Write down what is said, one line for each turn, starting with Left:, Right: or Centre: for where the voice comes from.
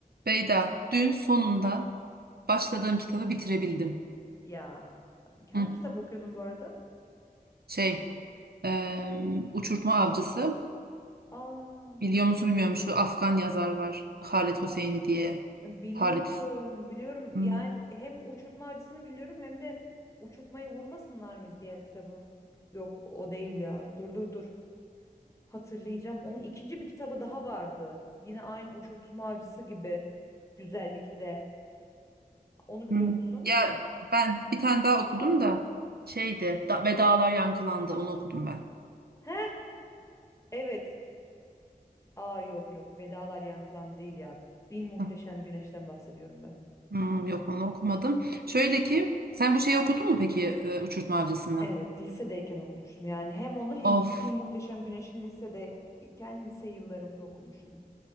Right: Beyda, dün sonunda başladığım kitabı bitirebildim.
Left: Ya hangi
Right: Hı,
Left: kitap okuyordun bu arada?
Right: şey, eee, Uçurtma Avcısı.
Left: Aa,
Right: Biliyor musun bilmiyorum şu Afgan yazar var. Halit Hosseini diye.
Left: e, biliyorum,
Right: Halit.
Left: biliyorum. Yani
Right: Hı,
Left: hem Uçurtma Avcısı'nı biliyorum hem de Uçurtmayı Vurmasınlar mı diğer kitabı? Yok, o değil ya. Dur dur dur. Hatırlayacağım. Onun ikinci bir kitabı daha vardı. Yine aynı Uçurtma Avcısı gibi güzellikte. Onu biliyor
Right: hı.
Left: musun?
Right: Ya
Left: Ben
Right: ben bir tane daha okudum da şeydi da, ve Dağlar Yankılandı onu okudum ben.
Left: Heh, evet. Aa yok yok. Vedalar Yankılan değil ya. Bin Muhteşem
Right: Hı,
Left: Güneş'ten bahsediyorum ben.
Right: hı, yok onu okumadım. Şöyle ki sen bu şeyi okudun mu peki e, Uçurtma Avcısı'nı?
Left: Evet, lisedeyken okumuştum. Yani hem onu hem
Right: Of
Left: Bir Muhteşem Güneş'i lisedeyken lise yıllarımda okumuştum.